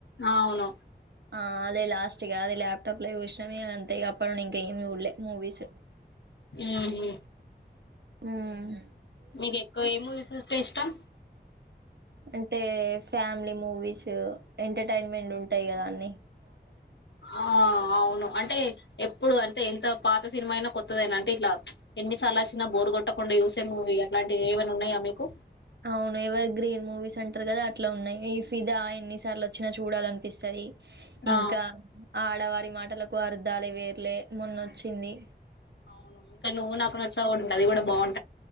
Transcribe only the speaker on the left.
ఆ అవును
ఉమ్ హు
మీకు ఎక్కువ ఏ మూవీ చూస్తే ఇష్టం
ఆ అవును అంటే ఎప్పుడు అంటే ఎంత పాత సినిమా అయినా కొత్తదైనా అంటే ఇట్లా ఎన్నిసార్లు వచ్చినా బోరుగొట్ట యూసే మూవీ అట్లాంటివి ఏమైనా ఉన్నాయా మీకు
ఆ
అవును ఇంకా నువ్వు నాకు నచ్చావుంది అది కూడా బాగుంటుంది